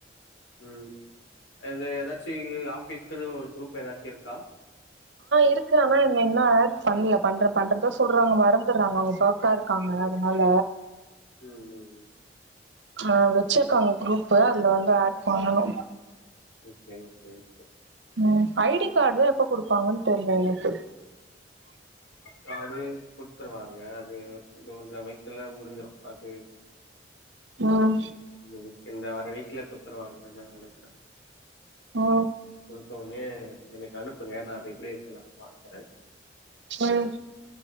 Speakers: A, on the left (about 85°); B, on the right (about 70°).
A: உம் அது எதாச்சு ஆஃபிஸ்க் க்கது ஒரு குருப் இப்ப எதாச்சு இருக்கா
B: இருக்கு ஆ என்ன இன்னு ஆட் பண்ல பண்ற பண்றதா சொல்றாங்க மறந்துறாங்க அவுங்க ஃபோக்கா இருக்காங்க அதுனால
A: உம் உம் உம்
B: ஆ வச்சிற்காங்க குரூப்பு அதுல வந்து ஆட் பண்ணனு
A: okay okay okay
B: um I D காட்தா இப் எப்ப குடுப்பாங்கனு தெர்ல எனக்கு
A: காடு குடுத்துருவாங்க அது இந்த வைக்குல முடிஞ்சிரு அது
B: உம்
A: இந்த இந்த வர்ற வீக்ல குடுத்துருவாங்கனுதா நெனக்குறே
B: ஓ
A: இப்பவே எனக்கு அனுப்புங்க நா அத எப்டி இருக்குனு நா பாக்குறே
B: ம்